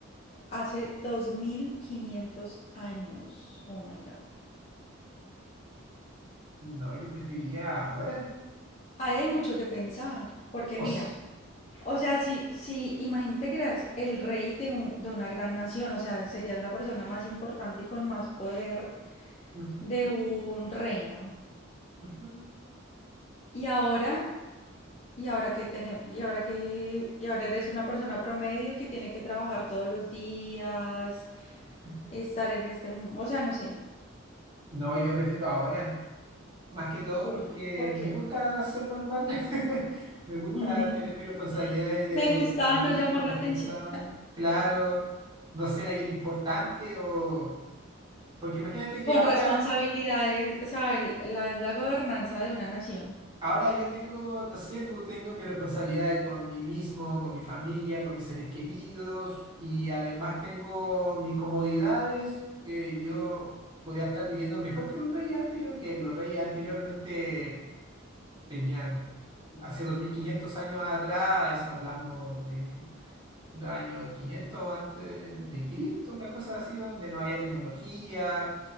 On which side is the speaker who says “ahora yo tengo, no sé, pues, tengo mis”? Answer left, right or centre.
Right